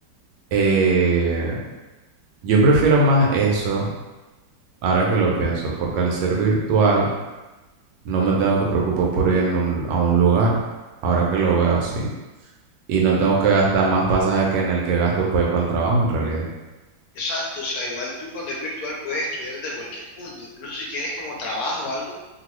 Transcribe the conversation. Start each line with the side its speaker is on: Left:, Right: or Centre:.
Right: eh, yo prefiero más eso, ahora que lo pienso, porque al ser virtual no me tengo que preocupar por ir en un- a un lugar, ahora que lo veo así. y no tengo que gastar más pasaje que en el que gasto para ir para el trabajo en realidad.
Left: Exacto, o sea, igual tú cuando es virtual puedes estudiar desde cualquier punto, incluso si tienes como trabajo o algo,